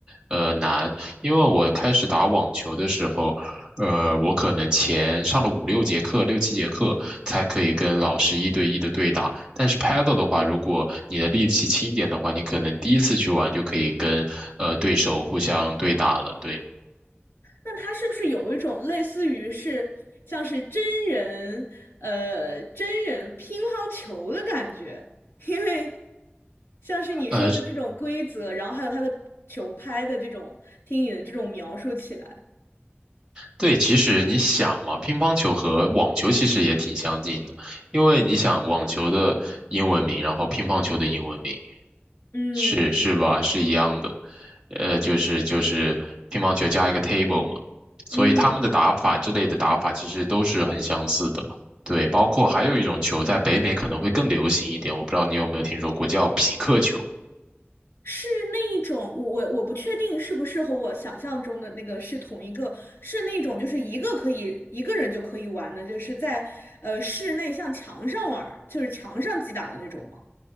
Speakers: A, on the right; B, on the left.
A: 呃难，因为我开始打网球的时候。呃，我可能前上了五六节课、六七节课，才可以跟老师一对一的对打。但是 Paddle 的话，如果你的力气轻一点的话，你可能第一次去玩就可以跟呃对手互相对打了。对，
B: 那它是不是有一种类似于是像是真人呃真人乒乓球的感觉？<laughs> 因为像是你说的这种规则，
A: 呃，
B: 然后还有它的球拍的这种，听你的这种描述起来，
A: 对，其实你想嘛，乒乓球和网球其实也挺相近的，因为你想网球的英文名，然后乒乓球的英文名
B: 嗯
A: 是是吧？是一样的，呃，就是就是乒乓球加一个 table 嘛，所以他们的打法之类的打法其实都是很相似的。
B: 嗯，
A: 对，包括还有一种球在北美可能会更流行一点，我不知道你有没有听说过，叫匹克球
B: 是那一种，我我我不确定是不是和我想象中的那个是同一个，是那种就是一个可以一个人就可以玩的，就是在呃室内像墙上玩儿就是墙上击打的那种吗？